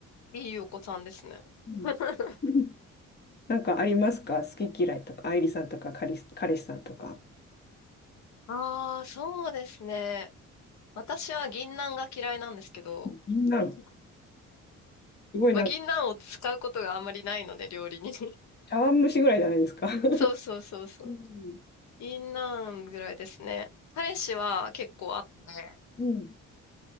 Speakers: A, on the left; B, on the left.
A: いいお子さんですね。
B: うん
A: <laughs>
B: <laughs> なんかありますか好き嫌いとか、愛梨さんとか、彼氏彼氏さんとか。
A: ああ、そうですね。私は銀杏が嫌いなんですけど、
B: みんな、す
A: <laughs>
B: ごいなんか、
A: まあ、銀杏を使うことがあんまりないので、料理に。<laughs>
B: 茶碗蒸しぐらいじゃないですか。<laughs>
A: そうそうそうそう。
B: うん
A: 銀杏ぐらいですね。彼氏は結構あって、
B: うん